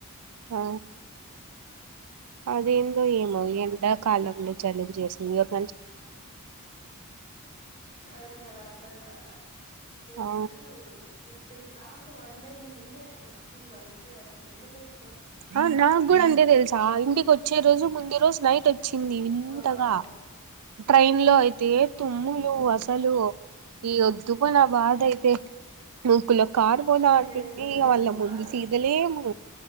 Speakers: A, on the right; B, on the left.
A: ఆ అదేందో ఏమో ఎండాకాలంలో జలుబు చేసు <inaudible>
B: అదే కదా అర్థం కాలా జస్ట్
A: ఆ
B: <unintelligible> ఇక్కడికి రాక వన్ డే ముందే వచ్చింది అంతే అసలు ఎందుకు వచ్చి
A: ఆహ్ నాకు కూడా అంతే తెలుసా ఇంటికి వచ్చే రోజు ముందే రోజు నైటొ చ్చింది వింతగా
B: ఆ
A: ట్రైన్ లో అయితే తుమ్ములు అసలు ఈ వద్దుకునా బాధ అయితే ముక్కులో కారుపోత
B: ప్లేస్
A: ఉంటుంది
B: దొరికినిందా
A: వాళ్ళ ముందు
B: ఆ రోజు
A: సీదలేము